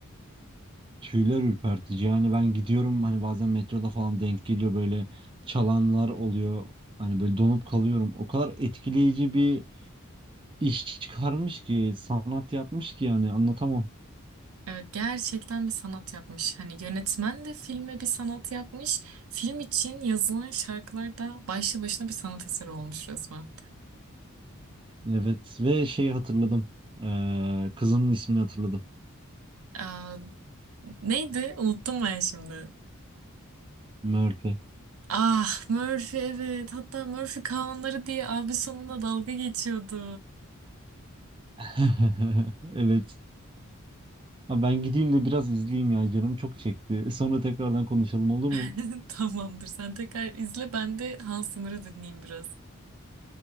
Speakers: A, on the right (about 25°); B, on the right (about 85°).
A: Tüyler ürpertici. Yani ben gidiyorum hani bazen metroda falan denk geliyor böyle çalanlar oluyor. Hani böyle donup kalıyorum. O kadar etkileyici bir iş çıkarmış ki, sanat yapmış ki yani anlatamam.
B: Evet, gerçekten bir sanat yapmış. Hani yönetmen de filme bir sanat yapmış. Film için yazılan şarkılar da başlı başına bir sanat eseri olmuş resmen.
A: Evet ve şeyi hatırladım. Ee, kızının ismini hatırladım.
B: Aa, neydi? Unuttum ben şimdi.
A: Murphy.
B: Ah Murphy evet. Hatta Murphy kanunları diye abi sonuna dalga geçiyordu.
A: <laughs> Evet. Ha, ben gideyim de biraz izleyeyim ya canım çok çekti. Sonra tekrardan konuşalım olur
B: <laughs>
A: mu?
B: Tamamdır. Sen tekrar izle. Ben de Hans Zimmer'ı dinleyeyim biraz.